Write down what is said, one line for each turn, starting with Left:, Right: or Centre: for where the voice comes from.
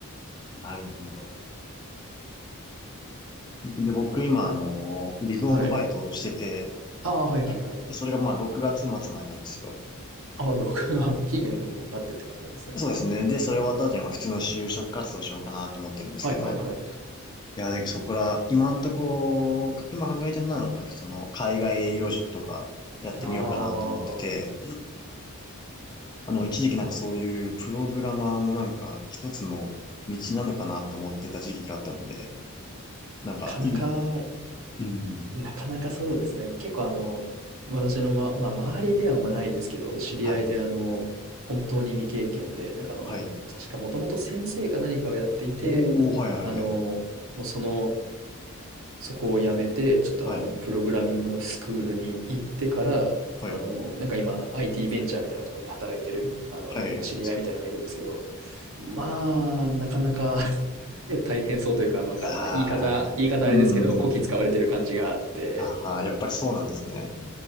Left: なるほど。で、僕今あの、リゾートバイトをしてて、
Right: はい。ああ、はいはいはい。
Left: で、それがまあ6月末までなんですよ。
Right: ああ、録画、期限があってって感じなんですね。
Left: そうですね。で、それ終わった後にも普通の就職活動しようかなと思ってるんですけど。
Right: はいはいはい。
Left: はいいや、だけどそこら、今んとこ、今考えてるのは、なんかその、海外営業職とかやってみようかなと思ってて、
Right: ああ、
Left: まあ、でも一時期なんかそういうプログラマーもなんか一つの道なのかなと思ってた時期があったので、なんかいい、
Right: なかなか
Left: うん、
Right: なかなかそうですね。結構あの、私のま、まあ、周りではまあないですけど、知り合いであの、
Left: はい、
Right: 本当に未経験で、なんかあの、
Left: はい。
Right: 確かもともと先生が何かをやっていて、
Left: おー、はい、はい、
Right: あの、
Left: はい、
Right: もうその、そこを辞めて、ちょっとあの、
Left: はい、
Right: プログラミングのスクールに行ってから、
Left: はい、
Right: あの、なんか今、IT ベンチャーみたいなところで働いてる、あの、
Left: はい。
Right: まあ、知り合いみたいなのがいるんですけど、まあ、なかなか <laughs> 大変そうというか、なんか、
Left: あー、
Right: まあ、言い方、言い方あれですけど、
Left: うん、
Right: こき使われてる感じがあって、
Left: あー、やっぱりそうなんですね。